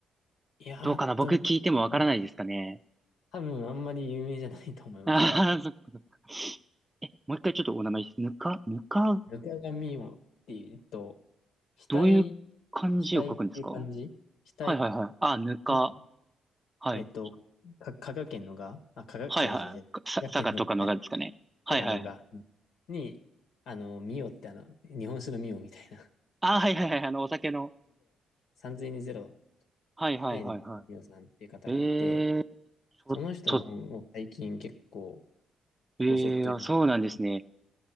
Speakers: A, on the left; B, on the right.
A: いやーっとね、
B: どうかな僕聞いてもわからないですかね。
A: あ多分あんまり有名じゃないと思います、
B: ああ、
A: 正直。
B: そっかそっか。え、もう一回ちょっとお名前です。ぬか、ぬか、
A: ぬかがみおっていうと、額
B: どういう漢字を書くんですかは
A: 待っていう感じ期
B: いはいはい。あ、ぬか。
A: うん
B: はい。
A: えっと、か、香川県のが、あ、香川、
B: はいはい。
A: 違う違う違う。
B: さ、
A: 香川県の、
B: 佐賀とかのがですかね。
A: いや
B: はいはいはい。
A: 香川のが、うんに、あの、ミオってあの、日本酒のミオみたいな。
B: あ、はいはいはい、あの、お酒の。
A: 3にゼ0
B: はいはいはいは
A: で、ミオさんっていう方がいて、
B: い。ええー、ちょっと、
A: その人の本を最近結構
B: ええあ、
A: ごそっと読んで
B: そうなんですね。